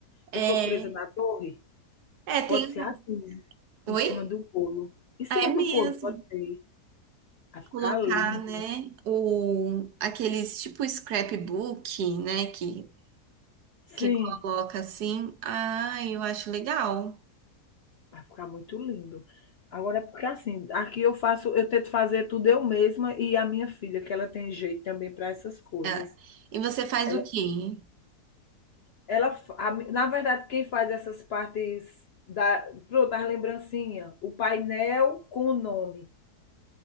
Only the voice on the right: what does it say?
É.
É,
tem.
um,
Oi?
Ah, É mesmo.
Colocar,
né, o, aqueles tipo scrapbook, né, que
que coloca assim. Ah, eu acho legal.
É. E você faz
o quê?